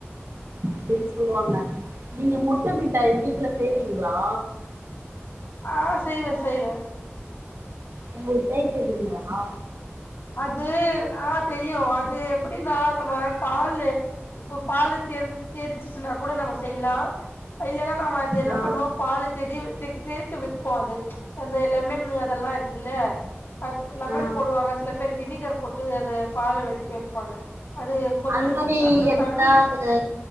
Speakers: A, on the right (about 85°); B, on the left (about 60°).
A: அப்டின் சொல்லுவாங்க நீங்க முட்ட மிட்டாயி வீட்ல செய்வீங்களா
B: ஆ செய்வே செய்வே
A: உங்களுக் செய் தெரியுங்களா
B: அது ஆ தெரியு அது எப்டின்னா நம்ம பாலு இப்ப பாலு <inaudible> ச்சின்னா கூட நம்ம செய்யலா இல்லனா நம்ம அது என்ன
A: ஆ
B: பண்ணுவோ பால திரிய தெக் திரிக்க வெப்போ அது அந்த லெமன்னு அதெல்லா இருக்குல்ல அது லெமன்
A: ஆ
B: போடுவாங்க சில பேர் வினிகர் போட்டு அந்த பால வெடிக்க வெப்பாங்க அது கொஞ்சோ
A: அந்த மாரி
B: அதோட
A: எடுத்தா
B: தண்ணி
A: அதுல